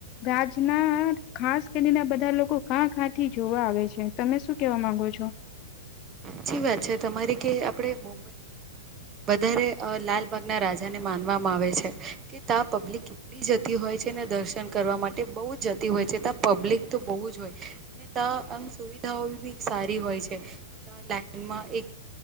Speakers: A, on the left; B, on the right.
A: રાજના ખાસ કરી ના બધા લોકો કાં કાં થી જોવા આવે છે તમે શું કેવા માંગો છો?
B: સાચી વાત છે તમારી, કે આપડે મુ વધારે લાલબાગના રાજા ને માનવામાં આવે છે કે તા પબ્લિક એટલી જતી હોય છે ને દર્શન કરવા માટે બહુ જ જતી હોય છેતાં પબ્લિક તો બહુ જ હોય. ત આમ સુવિધાઓ બી સારી હોય છે. લાઈનમાં એક